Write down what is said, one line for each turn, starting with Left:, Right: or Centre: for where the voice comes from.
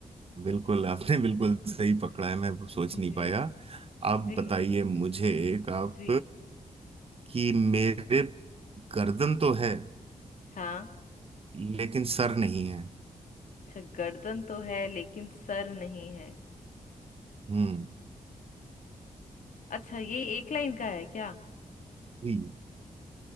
Right: बिल्कुल आपने बिल्कुल सही पकड़ा है मैं सोच नहीं
Left: जी
Right: पाया आप
Left: जी
Right: बताइए मुझे एक आप
Left: जी
Right: कि मेरे गर्दन तो है
Left: हाँ
Right: लेकिन सर नहीं है
Left: अच्छा गर्दन तो है लेकिन सर नहीं है
Right: हम्म
Left: अच्छा ये एक लाइन का है क्या
Right: जी